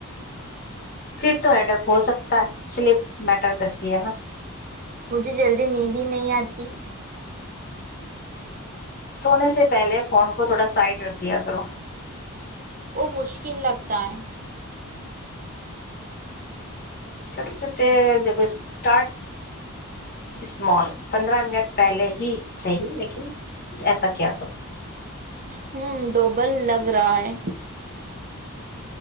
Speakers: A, on the left; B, on the right.
A: پھر تو ہیڈک ہو سکتا ہے سلیپ میٹر کرتی ہے نا
B: مجھے جلدی نیند ہی نہیں آتی
A: سونے سے پہلے فون کو تھوڑا سائڈ رکھ دیا کرو
B: وہ مشکل لگتا ہے
A: چھوٹ چھوٹے دیکھو اسٹارٹ اسمال پندرہ منٹ پہلے ہی صحیح لیکن ایسا کیا کروں
B: ہمم ڈوبل لگ رہا ہے